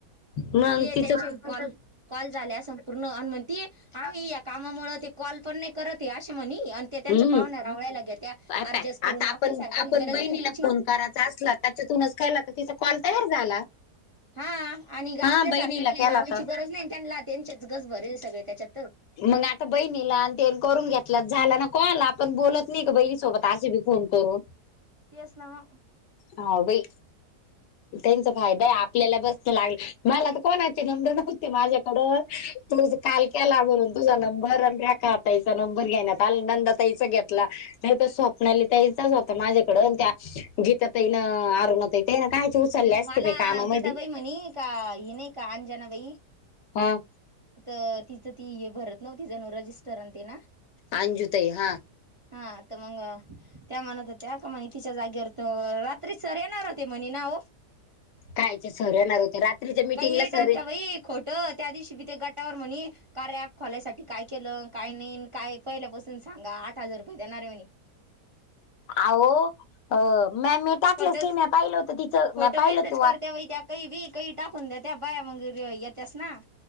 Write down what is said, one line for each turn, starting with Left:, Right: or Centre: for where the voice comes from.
Left: मग
Right: ते
Left: तिचं
Right: त्यांच्या कॉल कॉल झाल्या संपूर्ण अनुमनती हा या कामामुळे ते कॉल पण नाही करत असं म्हणे त्यांच्या
Left: हम्म
Right: पाहुण्या आवळ्याला घ्या त्या
Left: आता
Right: अडजस्ट करून
Left: आता आपण
Right: आपल्या सारख्याला
Left: आपण
Right: गरज
Left: बहिणीला
Right: नाही त्यांची
Left: फोन करायचा असला त्याच्यातूनच खायला तर तिचा कॉल तयार झाला
Right: हा आणि
Left: हा
Right: आपल्यासारख्यांना
Left: बहिणीला केला
Right: लावायची
Left: तर
Right: गरज नाही त्यांना त्यांचेच गज भरेल सगळे त्याच्यात
Left: मग आता बहिणीला आणि ते करून घेतलं झालं ना कल आपण बोलत नाही का बहिणीसोबत आजे बी फोन करून
Right: तेच ना मग
Left: हा बाई त्यांचा फायदा आहे आपल्याला बसं लागला मला तर कोणाचे नंबर नव्हते माझ्याकडं तु काल केला म्हणून तुझा नंबर आणि काका आतााईचा नंबर घेण्यात आ नंदतााईचा घ्या नाही तर स्वप्नाली त्या इचाच होता माझ्याकड त्या गीतात ना आरण ते ना कायच उचलले असते
Right: मला
Left: प कामामध्ये
Right: गीताबाई म्हणे का इणे काजन व
Left: हो.
Right: तर तिचं ती हे भरत नव्ह ति जण रजिस्टरनते ना.
Left: अंजुताई हा
Right: हा तर मग त्या म्हणत होत्या का म्हणे तिच्या जागेवर तर रात्री सर येणार होते म्हणी ना हो
Left: कायच सर्याणार होते रात्रीच्या मिटिंगला
Right: काही
Left: सर
Right: टाकत्या बाई खोट त्या दिवशी किथे गटावर म्हणे. का र ॲप खोलायसाठी काय केलं काय नाही काय पहिल्यापासून सांगा आठ हजार रुपये देणार मणे
Left: अह म मी टाकलंच
Right: खोटंच
Left: की म पाहिलं होत तिचं
Right: खोटं
Left: म पाहिलं
Right: मेसेज
Left: ते्हा
Right: करत्या बाई त्या काही वी काही टाकून द्या त्या्या बाया वगैरे येत्यास ना.